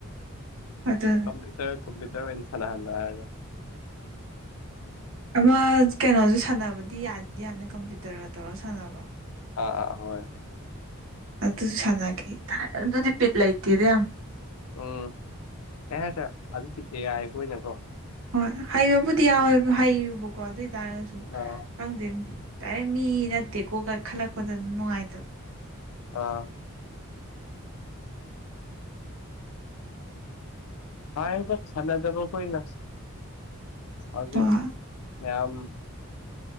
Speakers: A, on the right; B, on the left.
A: ꯑꯗꯨꯅꯦ
B: ꯀꯝꯄꯨꯇꯔ ꯀꯝꯄꯨꯇꯔ ꯏꯟꯁꯥꯅ ꯍꯥꯜꯒ
A: ꯑꯃ ꯀꯩꯅꯣꯁꯦ ꯁꯥꯟꯅꯕꯗꯤ ꯌꯥꯗꯗꯤ ꯌꯥꯝꯅꯤ ꯀꯝꯄ꯭ꯌꯨꯇꯔꯒ ꯇꯧꯔꯒ ꯁꯥꯟꯅꯕ ꯑꯃ
B: ꯑꯥ ꯑꯥ ꯍꯣꯏ
A: ꯑꯗꯨꯁꯨ ꯁꯥꯟꯅꯒꯦ ꯑꯗꯨꯗꯤ ꯕꯤꯠ ꯂꯩꯇꯦꯗ ꯌꯥꯝ
B: ꯎꯝ ꯀꯩ ꯍꯥꯏꯗ꯭ꯔꯦ ꯑꯗꯨꯗꯤ ꯑꯦꯌꯥꯕꯣꯏꯅꯀꯣ
A: ꯍꯣꯏ ꯍꯩꯕꯕꯨꯗꯤ ꯌꯥꯎꯋꯦꯕ ꯍꯌꯨꯕꯀꯣ ꯑꯗꯨꯏꯗꯤ ꯍꯥꯏ ꯇꯥꯔꯒꯁꯨ
B: ꯑꯥ
A: ꯈꯪꯗꯦ ꯗꯥꯏꯔꯦꯛ ꯃꯤ ꯅꯠꯇꯦꯀꯣ ꯈꯜꯂꯛꯄꯗ ꯑꯗꯨꯝ ꯅꯨꯡꯉꯥꯏꯇꯕ
B: ꯑꯥ ꯍꯥꯏꯕ ꯁꯥꯟꯅꯗꯕ ꯑꯩꯈꯣꯏꯅ ꯍꯧꯖꯤꯛ
A: ꯍꯣꯏ
B: ꯌꯥꯝ